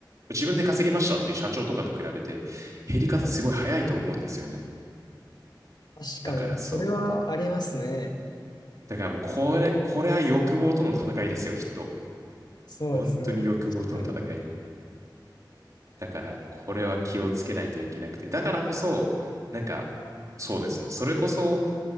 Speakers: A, on the right; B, on the left.
A: 自分で稼ぎましたっていう社長とかと比べて、減り方すごい早いと思うんですよね。
B: 確かに、
A: だからそう、
B: それはありますね。
A: だからもうこれ、これは欲望との戦いですよ、きっと。
B: そうですね、
A: 本当に欲望との戦いで。
B: 確かに。
A: だから、これは気をつけないといけなくて。だからこそ、なんか、そうですね。それこそ、